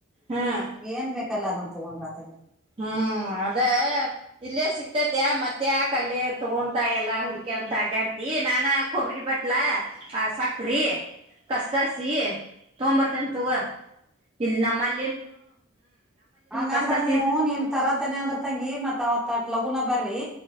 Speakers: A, on the right (about 25°); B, in the centre.
A: ಹ್ಮ್
B: ನಿನಗ್ ಏನ್ ಬೇಕಲ್ಲ ಅದನ್ ತಗೊಂಡ್ ಬಾ ತಂಗಿ
A: ಹ್ಮ್ ಅದೇ ಇಲ್ಲೇ ಸಿಗ್ತ ಇತೈತೆ ಮತ್ತ್ಯಾಕಲ್ಲ ತಗೊಂತ ಎಲ್ಲಾ ಹುಡ್ಕೆಂತ ಅಡ್ಡಾಡ್ತಿ ನಾನ ಕೊಬ್ರಗಿ ಬಟ್ಲಾ ಆ ಸಕ್ರೆ ಕಸಕಸಿ ತೊಂಬರ್ತಿನ್ ತಗೋ ಇಲ್ಲಿ ನಮ್ಮಲ್
B: ಹಂಗಂದ್ರೆ
A: ಕಸ್ಕಸಿ
B: ನೀವು ನೀನ್ ತರತೇನೆ ಅಂದ್ರ ತಂಗಿ ಮತ್ ಅವತ್ತ ಲಗೂನ ಬರ್ರಿ